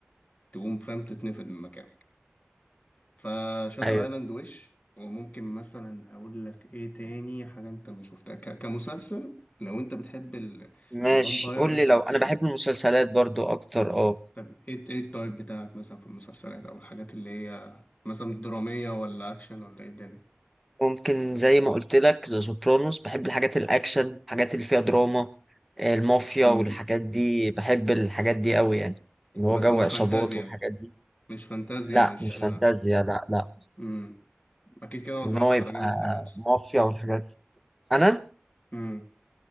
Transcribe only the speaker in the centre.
أيوة.
ماشي
قول لي لو
انا بحب المسلسلات برضو اكتر اه
ممكن زي ما قلت لك ذا سوبرانوس بحب الحاجات الاكشن الحاجات اللي فيها دراما آه، المافيا
والحاجات دي بحب الحاجات دي قوي يعني اللي هو
جو
عصابات
والحاجات دي
لا
مش فانتازيا لا لا
ان
هو يبقى
مافيا والحاجات دي انا